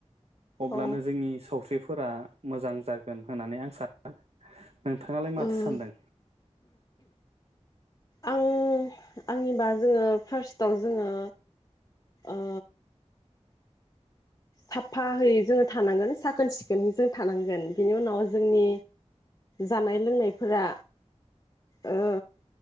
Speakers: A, on the right; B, on the left.
A: अब्लानो
B: औ
A: जोंनि सावस्रिफो फोरा मोजां जागोन होननानै आं सानो नोंथाङालाय माथो
B: उम
A: सानदों?
B: आं आंनिबा जोङो फार्स्टआव जोङो ओ साफाहै जोङो थानांगोन साखोन सिखोनै जों थानांगोन बिनि उनाव जोंनि जानाय लोंनायफोरा ओ